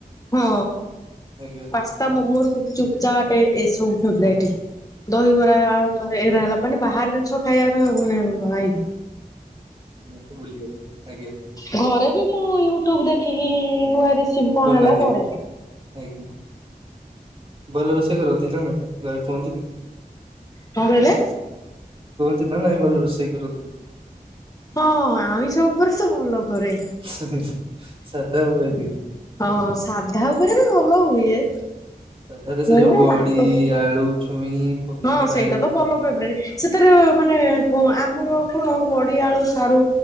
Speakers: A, on the left; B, on the right.
A: ହଁ
B: ଆଜ୍ଞା।
A: ପାସ୍ତା ମୋମୋ ରେ ଯୋଉ ଚାଟେ ଏସବୁ ଫେବାଇଟି
B: ହଁ
A: ଦହିିବରା ଆଳୁ ଏଉରା ହେଲା ମାନେ ବାହାର ଜିନିଷ ଖାଇବାର <unintelligible> ମୋ ମା ଆଇକି
B: ମତେ ବୁଲିବା ଆଜ୍ଞା
A: ଘରେ ବି ମୁଁ ୟୁଟ୍ୟୁବ ଦେଖିକି ନୂଆ ରି ସିପି କଣ
B: ବନାନ୍ତି
A: ହେଲା କରେ।
B: ଆଜ୍ଞା ଭଲ ରୋଷେଇ କରନ୍ତି ନା ନାଇଁ ଘରେ କୁହନ୍ତିନି?
A: କଣ କହିଲେ?
B: ଟିନା ନାଇଁ ଭଲ ରୋଷେଇ କରନ୍ତି।
A: ହଁ ଆଇଁଷ ଉପରେ ସେ ଭଲ କରେ।
B: ହୁଁ ହୁଁ ସାଧା ହୁଏନି?
A: ହଁ ସାଧା ଉପରେ ବି ଭଲ ହୁଏ।
B: ସାଧାରେ ସେ
A: ମୋର
B: ଯୋଉ ବଢ଼ି,
A: ରାଗ
B: ଆଳୁ ଛୁଇଁ ପକେଇକି
A: ହଁ
B: ବାଇଗଣ
A: ସେଇଟା ତ
B: ପକେଇକି
A: ଭଲ ଫେବରାଇଟ
B: କରେ
A: ସେଥିରେ ମାନେ ମୋ ଆମର କଣ ବଢି, ଆଳୁ, ସାରୁ